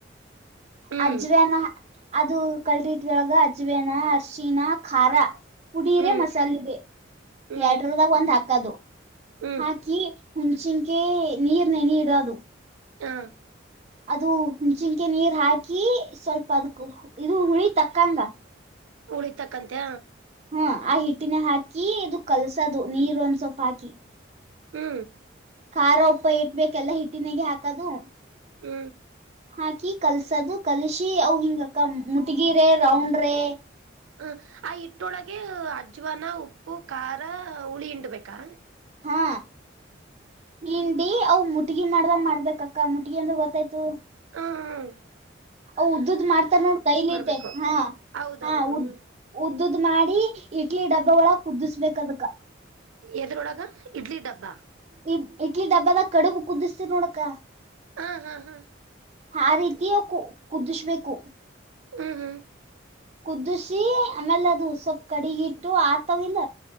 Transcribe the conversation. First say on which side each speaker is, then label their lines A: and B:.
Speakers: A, on the right; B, on the right.
A: ಹ್ಮ್
B: ಅಜ್ವೇನ ಹಾಕ್ ಅದು ಕಲ್ದಿಟ್ೊಳಗ ಅಜ್ವೇನ ಅರ್ಶಣ ಖಾರ ಪುಡಿ
A: ಹ್ಮ್
B: ಇದೆ ಮಸಾಲೆ ಇದೆ
A: ಹ್ಮ್
B: ಎರಡದಾಗ ಒಂದ್ ಹಾಕದು
A: ಹ್ಮ್
B: ಹಾಕಿ ಹುಂಚಿನ್ಕ ನೀರ್ನೆ ನೆನೆ ಇಡೋದು ಅದು
A: ಹಾ
B: ಅದು ಹುಣ್ಚಿನ್ಕೆ ನೀರ್ ಹಾಕಿ ಸ್ವಲ್ಪ ಅದ್ಕ್ ಇದು ಹುಳಿ ತಕ್ಕಂದ
A: ಉಳಿಗೆ ತಕ್ಕಂತೆ
B: ಹೂ ಆ ಹಿಟ್ಟಿನ ಹಾಕಿ ಇದು ಕಲ್ಸದು ನೀರು ಒಂದ್ ಸ್ವಪ ಹಾಕಿ
A: ಹೂ
B: ಖಾರ ಉಪ್ಪ ಇಟ್ಬೇಕ ಎಲ್ಲಾ ಹಿಟ್ಟಿನಾಗ ಹಾಕದು
A: ಹೂ
B: ಹಾಕಿ ಕಲ್ಸದು ಕಲ್ಸಿ ಅ ಹಿಂಗಕ್ಕ ಮುಟಗಿರೇ ರೌಂಡ್ರೇ
A: ಹ ಆ ಹಿಟ್ಟೊಳಗೆ ಅಜ್ವನ ಉಪ್ಪು ಖಾರ ಹುಳಿ ಹಿಂಡಬೇಕಾ
B: ಹಾ ಹಿಂಡಿ ಅವು ಮುಟಗಿ ಮಾಡ್ದ ಮಾಡ್ಬೇಕಕ್ಕ ಮುಟಗಿ ಅಂದ್ರ ಗೊತ್ತಾಯ್ತು
A: ಹ ಹಾ
B: ಆವ್ ಉದ್ದದ ಮಾಡ್ತಾರ ನೋಡ್ ಕೈಲಿ
A: ಮಾಡ್ಬೇಕು
B: ಐತೆ ಹಾ
A: ಹೌದೌದು
B: ಹಾ ಉದ್ದ
A: ಹ್ಮ್
B: ಉದ್ದುದ್ ಮಾಡಿ ಇಡ್ಲಿ ಡಬ್ಬ ಒಳಕ್ ಕುದ್ದಿಸಬೇಕ ಅದಕ್ಕ
A: ಎದ್ರೊಳಗ ಇಡ್ಲಿ ಡಬ್ಬಾ
B: ಈ ಇಡ್ಲಿ ಡಬ್ಬದ ಕಡುಬು ಕುದಿಸ್ತ್ರೀ ನೋಡ ಅಕ್ಕ
A: ಹಾ ಹಾ ಹಾ
B: ಆ ರೀತಿಿಯ ಕು ಕುದಿಸ್ಬೇಕು
A: ಹಾ ಹಾ
B: ಕುದಿಸಿ ಆಮೇಲೆ ಅದು ಸೊಪ್ ಕಡಿಗಿಟ್ಟು ಆರ್ತವಿಲ್ಲ